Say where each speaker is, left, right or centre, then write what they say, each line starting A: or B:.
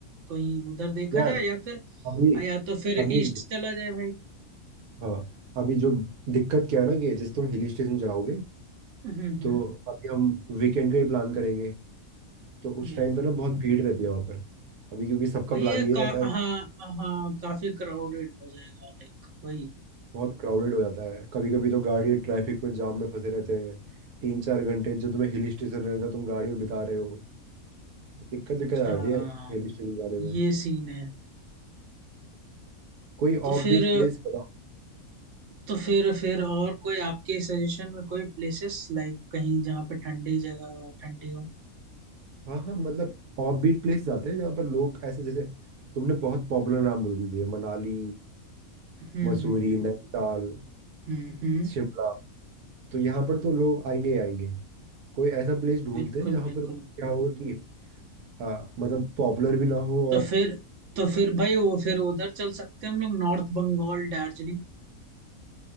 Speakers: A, on the right; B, on the right.
A: कहीं उधर देखा
B: यार
A: जाए या फिर
B: अभी
A: या तो फिर
B: अभी
A: ईस्ट चला जाए भाई
B: हाँ अभी जो दिक्कत क्या है ना कि जैसे तुम हिल स्टेशन जाओगे
A: हम्म हम्म
B: तो अभी हम वीकेंड का ही प्लान करेंगे तो उस
A: बिल्कुल
B: टाइम पे ना
A: बिल्कुल
B: बहुत भीड़ रहती है वहाँ पर अभी क्योंकि सबका
A: वही
B: प्लान
A: है
B: ये
A: का
B: रहता है
A: हाँ हाँ काफी क्राउडेड हो जाएगा लाइक वही
B: बहुत क्राउडेड हो जाता है कभी कभी तो गाड़ी ट्रैफिक में जाम में फंसे रहते हैं तीन चार घंटे जो तुम्हें हिल स्टेशन रहता है तुम गाड़ी में बिता रहे हो दिक्कत
A: अच्छा
B: दिक्कत आ जाती है हिल स्टेशन जाने में
A: ये सीन है
B: कोई
A: तो
B: ऑफबीट
A: फिर
B: प्लेस बताओ
A: तो फिर फिर और कोई आपके सजेशन में कोई प्लेसेस लाइक कहीं जहाँ पे ठंडी जगह ठंडी हो
B: हाँ हाँ मतलब ऑफबीट प्लेस जाते हैं जहाँ पर लोग ऐसे जैसे तुमने बहुत पॉपुलर नाम बोल दिए मनाली
A: हम्म
B: मसूरी
A: हम्म हम्म
B: नैनीताल
A: हम्म, हम्म।
B: शिमला तो यहाँ पर तो लोग आएंगे ही आएंगे कोई ऐसा प्लेस ढूंढते
A: बिल्कुल
B: हैं जहाँ
A: बिल्कुल
B: पर क्या हो कि आ, मतलब पॉपुलर भी ना हो
A: तो
B: और
A: फिर तो फिर भाई वो फिर उधर चल सकते हैं हम लोग नॉर्थ बंगाल दार्जिलिंग